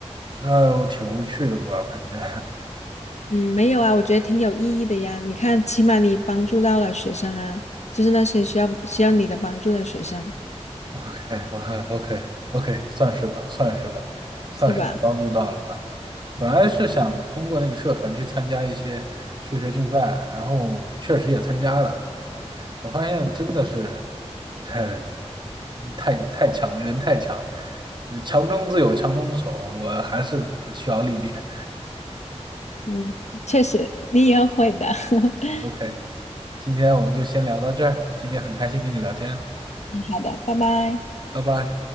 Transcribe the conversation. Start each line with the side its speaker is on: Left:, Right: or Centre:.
Right: 那我挺无趣的吧，反正
Left: 嗯，没有啊，我觉得挺有意义的呀。你看，起码你帮助到了学生啊，就是那些需要需要你的帮助的学生，
Right: <laughs> OK，我 OK OK，算是吧，算是吧，算是帮助到了吧。
Left: 是吧？
Right: 本来是想通过那个社团去参加一些数学竞赛，
Left: 嗯
Right: 然后确实也参加了。我发现真的是，呃，太太强，人太强，呃强中自有强中手，我还是需要历练。
Left: 嗯，确实，你以后会的。<laughs>
Right: OK，今天我们就先聊到这儿，今天很开心跟你聊天，
Left: 嗯好的，拜拜。
Right: 拜拜。